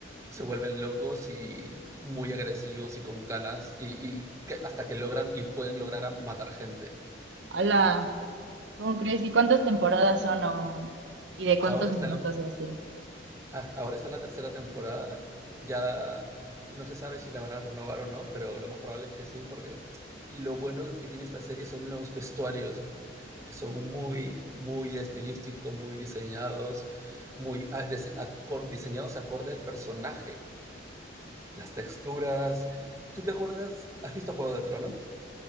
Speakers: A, on the right; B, on the right.
A: se vuelven locos y muy agresivos y con ganas, y, y que, hasta que logran y pueden lograr matar gente.
B: hola. ¿Cómo crees? ¿Y cuántas temporadas son o y de cuántos
A: Ahora están
B: minutos y así?
A: Ah, ahora está en la tercera temporada. Ya no se sabe si la van a renovar o no, pero lo más probable es que sí, porque lo bueno que tiene esta serie son los vestuarios, que son muy, muy estilísticos, muy diseñados, muy a- dise- acor- diseñados acorde al personaje, las texturas. ¿Tú te acuerdas? ¿Has visto Juego de Tronos?